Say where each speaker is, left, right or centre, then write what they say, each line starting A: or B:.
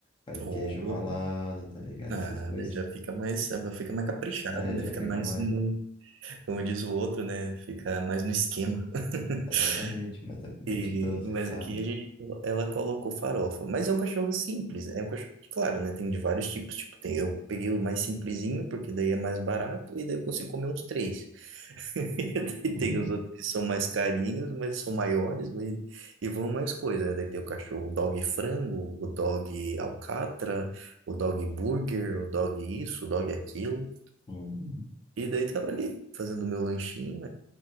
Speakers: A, on the left; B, on the right.
A: Vai
B: Opa,
A: queijo ralado, tá ligado?
B: nada,
A: Essas coisas.
B: já fica mais, fica mais caprichado,
A: É,
B: né?
A: já
B: Fica
A: fica
B: mais
A: mais.
B: no, como diz o outro, né? Fica mais no esquema. <laughs>
A: Exatamente, mas é competidor
B: E, mas
A: e tal.
B: aqui a gente, ela colocou farofa. Mas é um cachorro simples, né? é um cachorro, claro, né? Tem de vários tipos. Tipo, tem, eu peguei o mais simplesinho, porque daí é mais barato, e daí eu consigo comer uns três. <laughs> E daí
A: Uhum,
B: tem os outros que são mais carinhos, mas são maiores, mas, e vão mais coisa, né? Daí tem o cachorro, o dog frango, o dog alcatra, o dog burger, o dog isso, o dog aquilo.
A: uhum,
B: E daí tava ali, fazendo meu lanchinho